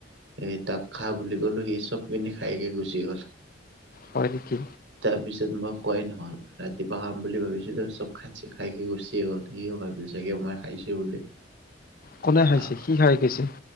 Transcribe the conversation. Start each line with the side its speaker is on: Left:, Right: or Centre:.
Right: এই তাক খাহ বুলি ক'লো সি চব পিনি খাইকে গুচি গ'ল।
Left: হয় নিকি।
Right: তাৰ পিছত মই খোৱাই নহ'ল। ৰাতিপুৱা খাম বুলি ভাবিছিলোঁ চব খাই খাই খি গুচিয়ে গ'ল সিও ভাবিল চাগে মই খাইছোঁ বুলি।
Left: কোনে
Right: আহ
Left: খাইছে কি খাই কৈছে।